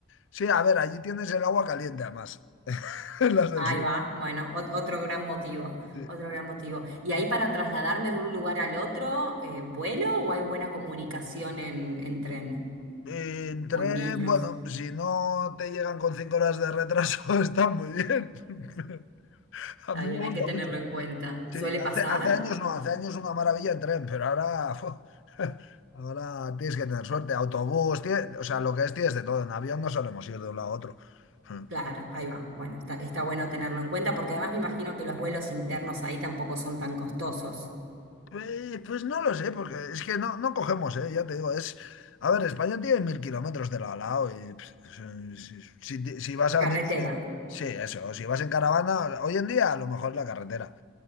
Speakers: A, on the left; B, on the right.
A: Sí, a ver, allí tienes el agua caliente además, <laughs> las del
B: Ahí
A: sur.
B: va, bueno, ot- otro gran motivo,
A: Sí.
B: otro gran motivo. ¿Y ahí para trasladarme de un lugar al otro, eh, vuelo o hay buena comunicación en, en tren
A: En tren,
B: o en micros?
A: bueno, si no te llegan con cinco horas de retraso, <laughs> está muy bien. <laughs> A
B: Está
A: mí
B: bien,
A: me gusta
B: hay que tenerlo
A: mucho.
B: en cuenta.
A: Sí,
B: ¿Suele
A: hace,
B: pasar?
A: hace años no, hace años una maravilla en tren, pero ahora, fu, ahora tienes que tener suerte. Autobús, tie- o sea, lo que es tienes de todo. En avión no solemos ir de un lado a otro. Mm.
B: Claro, ahí va. Bueno, está, está bueno tenerlo en cuenta porque además me imagino que los vuelos internos ahí tampoco son tan costosos.
A: Pues, pues no lo sé, porque es que no, no cogemos, ¿eh? Ya te digo, es... A ver, España tiene mil kilómetros de lado a lado y pff, si, si- si- si vas a
B: Carretera.
A: venir... Sí, eso, si vas en caravana, hoy en día a lo mejor la carretera.